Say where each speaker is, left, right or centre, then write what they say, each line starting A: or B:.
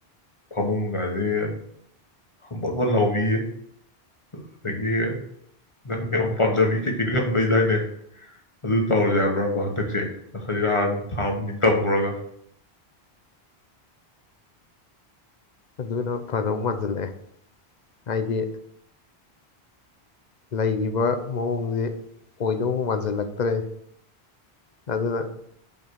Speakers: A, on the left (about 30°); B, on the left (about 45°).
A: ꯐꯃꯨꯡꯒꯁꯦ ꯍꯄꯣꯠ ꯑꯃ ꯂꯥꯎꯕꯤꯌꯦ ꯑꯗꯒꯤ ꯅꯪ ꯌꯥꯝ ꯄꯥꯝꯖꯕꯤ ꯀꯩꯀꯗꯨ ꯌꯥꯝ ꯂꯩꯗꯥꯏꯅꯦ ꯑꯗꯨ ꯇꯧꯔꯁꯨ ꯍꯥꯏꯕ꯭ꯔꯕ ꯍꯟꯗꯛꯁꯦ ꯍꯖꯤꯔ ꯊꯥꯕꯅꯤ ꯇꯝꯃꯨꯔꯒ
B: ꯑꯗꯨꯅ ꯐꯗꯧ ꯃꯥꯟꯁꯤꯜꯂꯛꯑꯦ ꯍꯥꯏꯗꯤ ꯂꯩꯔꯤꯕ ꯃꯑꯣꯡꯁꯦ ꯑꯣꯏꯗꯧ ꯃꯥꯟꯁꯤꯜꯂꯛꯇ꯭ꯔꯦ ꯑꯗꯨ